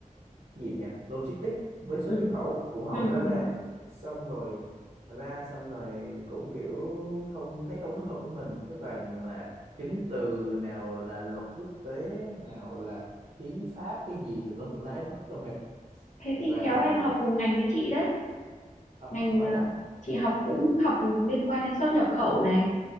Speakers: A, on the right; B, on the left.
A: gì nhỉ logistics với xuất
B: ừ,
A: nhập khẩu cũng học
B: ừ,
A: cái đó
B: ừ.
A: ra xong rồi ra xong rồi cũng kiểu không thấy không có hợp với mình cái toàn là chứng từ nào là luật quốc tế nào là hiến pháp cái gì tùm lum tùm la hết rất là mệt
B: Thế
A: và
B: thì khéo em học cùng ngành với chị đấy.
A: ờ,
B: Ngành
A: vậy
B: ờ,
A: á
B: chị học cũng học liên quan đến xuất nhập khẩu này,